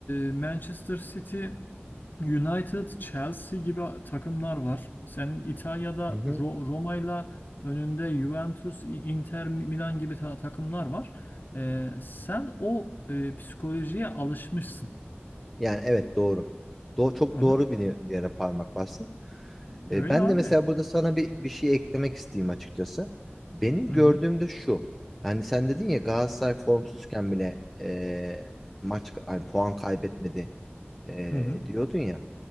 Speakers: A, on the left; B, in the centre.
A: e, Manchester City, United, Chelsea gibi takımlar var. Senin İtalya'da
B: Hı hı.
A: Ro Roma'yla önünde Juventus, İ- Inter Milan gibi ta- takımlar var. E, sen o e, psikolojiye alışmışsın.
B: Yani evet doğru. Do çok
A: Aha,
B: doğru bir yere parmak bastın. E,
A: öyle
B: ben
A: abi.
B: de mesela burada sana bir, bir şey eklemek isteyeyim açıkçası. Benim
A: Hı
B: gördüğüm
A: hı.
B: de şu. Hani sen dedin ya Galatasaray formsuzken bile e, maç hani puan kaybetmedi e,
A: Hı hı.
B: diyordun ya.